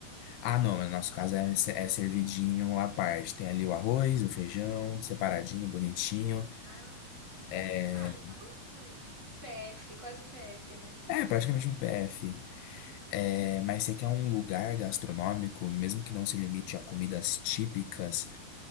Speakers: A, on the left (about 80°); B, on the right (about 30°).
A: Ah, não, no nosso caso é, se- é servidinho à parte. Tem ali o arroz, o feijão, separadinho, bonitinho.
B: Ah, tá.
A: É,
B: Ah, então é um PF, quase um PF, né?
A: é praticamente um PF. É, mas você quer um lugar gastronômico, mesmo que não se limite a comidas típicas.